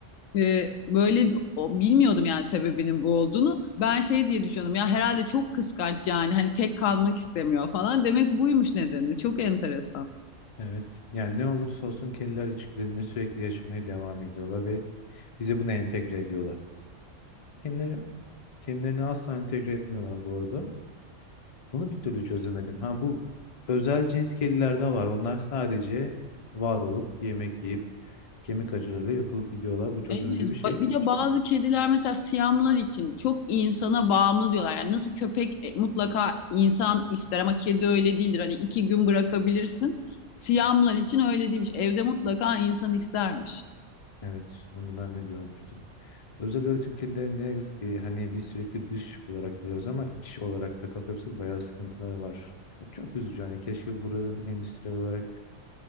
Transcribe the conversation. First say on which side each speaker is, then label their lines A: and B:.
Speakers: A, on the left; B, on the left.
A: e, böyle o- bilmiyordum yani sebebinin bu olduğunu. Ben şey diye düşünüyordum ya herhalde çok kıskanç yani hani tek kalmak istemiyor falan. Demek buymuş nedeni. Çok enteresan.
B: Evet. Yani ne olursa olsun kediler içgüdülerini sürekli yaşamaya devam ediyorlar ve bize bunu entegre ediyorlar. Kendileri, kendilerini asla entegre etmiyorlar bu arada. Bunu bir türlü çözemedim. Ha bu özel cins kedilerde var. Onlar sadece var olup yemek yiyip kemik acılarıyla yakılıp gidiyorlar. Bu çok
A: Evet.
B: üzücü bir şey.
A: Ba- Bir de bazı kediler mesela siyamlar için çok insana bağımlı diyorlar. Yani nasıl köpek e, mutlaka insan ister ama kedi öyle değildir. Hani iki gün bırakabilirsin. Siyamlar için öyle değilmiş. Evde mutlaka insan istermiş.
B: Evet, onu ben de görmüştüm. Özel öğretim kirliliği ne yazık ki hani biz sürekli dış olarak biliyoruz ama iç olarak da kafa yapısı bayağı sıkıntıları var. Yani çok üzücü hani keşke buraların endüstriyel olarak